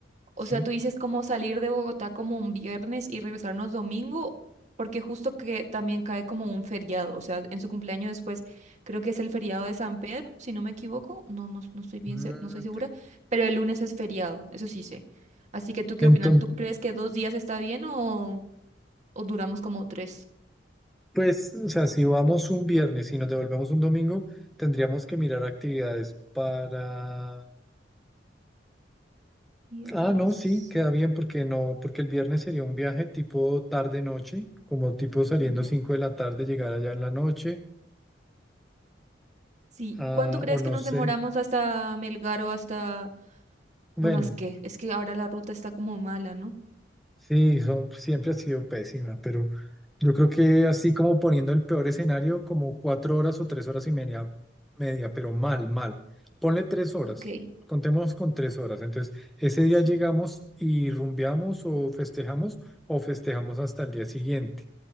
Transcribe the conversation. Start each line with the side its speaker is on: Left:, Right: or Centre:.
Right: O
Centre: ¿sí?
Right: sea, tú dices como salir de Bogotá como un viernes y regresarnos domingo, porque justo que también cae como un feriado, o sea, en su cumpleaños después creo que es el feriado de San Pedro, si no me equivoco, no, no, no estoy bien,
Centre: Mm,
Right: se- no estoy segura, pero el lunes es feriado, eso sí sé. Así que tú qué
Centre: Entonces,
Right: opinas, ¿tú crees que dos días está bien o, o duramos como tres?
Centre: pues, o sea, si vamos un viernes y nos devolvemos un domingo, tendríamos que mirar actividades para...
Right: Viernes,
Centre: Ah, no, sí, queda bien porque no, porque el viernes sería un viaje tipo tarde-noche, como tipo saliendo
Right: tarde
Centre: 5 de la tarde, llegar allá en la noche,
Right: Sí,
Centre: ah,
Right: ¿cuánto crees
Centre: o no
Right: que nos
Centre: sé.
Right: demoramos hasta Melgar o hasta
Centre: Bueno.
Right: unas qué? Es que ahora la ruta está como mala, ¿no?
Centre: Sí, son, siempre ha sido pésima, pero yo creo que así como poniendo el peor escenario, como cuatro horas o tres horas y media, media, pero mal, mal. Ponle tres horas,
Right: Ok,
Centre: contemos con tres horas. Entonces, ese día
Right: sí.
Centre: llegamos y rumbeamos o festejamos o festejamos hasta el día siguiente.